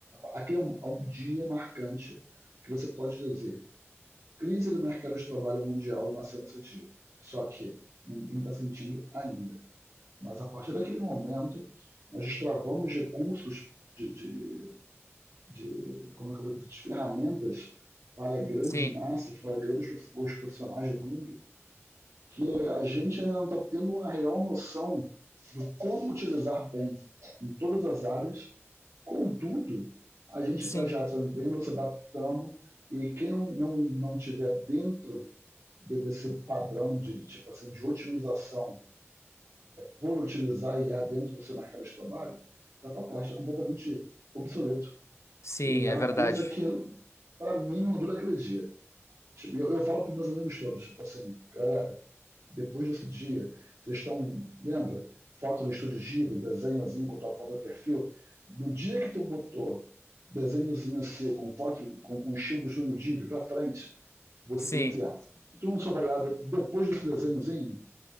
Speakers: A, on the right (about 75°); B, on the left (about 70°).
A: aquele é um, é um dia marcante que você pode dizer crise do mercado de trabalho mundial nasceu nesse dia. Só que ninguém está sentindo ainda. Mas a partir daquele momento, nós destravamos recursos de, de, de como é que eu vou dizer, de ferramentas para grandes
B: Sim,
A: massas, para grandes os profissionais do mundo, que a gente ainda não está tendo uma real noção do como utilizar bem em todas as áreas Contudo, a gente
B: sim,
A: está já aprendendo, se adaptando, e quem não, não, não tiver dentro de, desse padrão de tipo assim de otimização por utilizar IA dentro do seu mercado de trabalho, está para trás, está completamente obsoleto.
B: sim,
A: E é
B: é
A: uma
B: verdade.
A: coisa que, para mim, mudou naquele dia. Tipo, eu, eu falo para meus amigos todos, tipo assim, galera, depois desse dia, vocês estão, lembra? Foto no estúdio Ghibli, desenhozinho com tua foto de perfil. No dia que tu botou desenhozinho seu com foto com, com o estilo do estúdio Ghibli pra frente, você
B: Sim.
A: tem que criar. Se tu não souber nada depois desse desenhozinho,